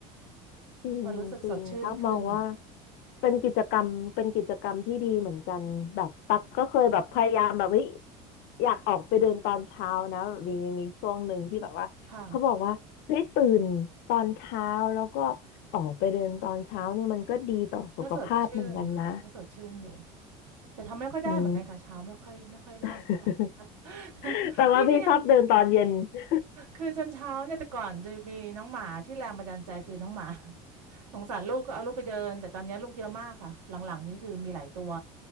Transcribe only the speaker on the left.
จริงจริงตั๊กมองว่า
เป็นกิจกรรมเป็นกิจกรรมที่ดีเหมือนกันแบบตั๊กก็เคยแบบพยายามแบบเฮ้ยอยากออกไปเดินตอนเช้านะแบบมีมีช่วงหนึ่งที่แบบว่าเขาบอกว่าเฮ้ยตื่นตอนเช้าแล้วก็
ออกไปเดินตอนเช้าเนี่ยมันก็ดีต่อสุขภาพเหมือนกันนะ
อืม <laughs>
แต่ว่าพี่ชอบเดินตอนเย็น
<laughs>